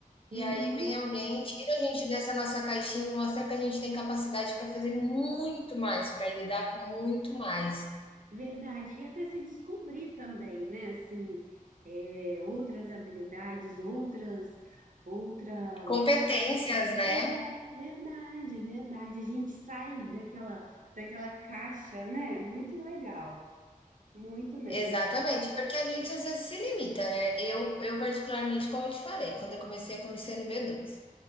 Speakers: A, on the right; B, on the left.
A: uhum,
B: e aí vem alguém e tira a gente dessa nossa caixinha e mostra que a gente tem capacidade para fazer muito mais, para lidar com muito mais.
A: verdade. E até se descobrir também, né? Assim, é, outras habilidades, outras, outras.
B: Competências, né?
A: É verdade, verdade. A gente sai daquela, daquela caixa, né? Muito legal, muito mesmo.
B: Exatamente, porque a gente às vezes se limita, né? Eu, eu particularmente, como eu te falei, quando eu comecei, eu comecei no b dois.